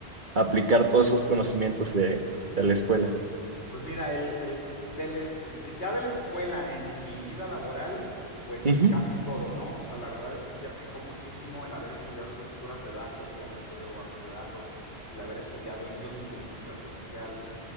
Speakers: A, on the right; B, on the left.
A: a aplicar todos esos conocimientos de, de la escuela?
B: Pues mira, el, el- de la es- de- ya de la escuela en mi vida laboral, pues
A: Ujú,
B: casi todo, ¿no? O sea, la verdad es que sí aplicó muchísimo el haber estudiado estructuras de datos, el haber estudiado bases de datos, el haber estudiado incluso inteligencia artificial,